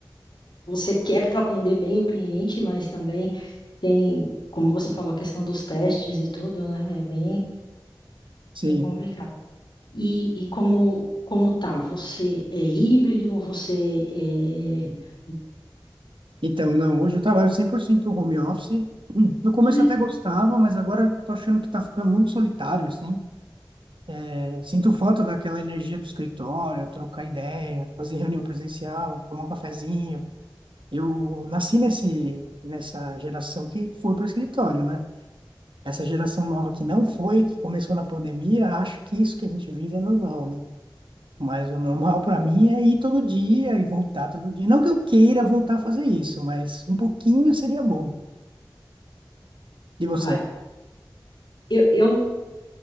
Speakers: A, on the left (about 65°); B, on the right (about 85°).
A: você quer atender bem o cliente, mas também tem, como você falou, a questão dos testes e tudo, né? É bem,
B: Sim.
A: bem complicado. E, e como como tá? Você é híbrido? Você é...
B: Então, não, hoje eu trabalho 100% home office. Hum, No começo
A: Ai,
B: eu até gostava, mas agora tô achando que tá ficando muito solitário, assim. É, sinto falta daquela energia do escritório, trocar ideia, fazer reunião presencial, tomar um cafezinho. Eu nasci nesse, nessa geração que foi para escritório, né? Essa geração nova que não foi, que começou na pandemia, acha que isso que a gente vive é normal, né? Mas o normal para mim é ir todo dia e voltar todo dia. Não que eu queira voltar a fazer isso, mas um pouquinho seria bom. E você?
A: ah, eu, eu,